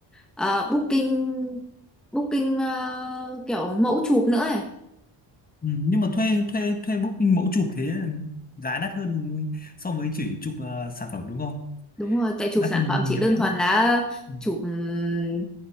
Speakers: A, in the centre; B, on the left.
A: ờ, booking booking ờ, kiểu mẫu chụp nữa ấy
B: ừ, nhưng mà thuê thuê thuê booking mẫu chụp thế là giá đắt hơn so với chỉ chụp ờ, sản phẩm đúng không
A: Đúng rồi, tại chụp
B: đắt
A: sản
B: hơn
A: phẩm chỉ
B: nhiều
A: đơn
B: lắm
A: thuần là
B: Ừ.
A: chụp ừm,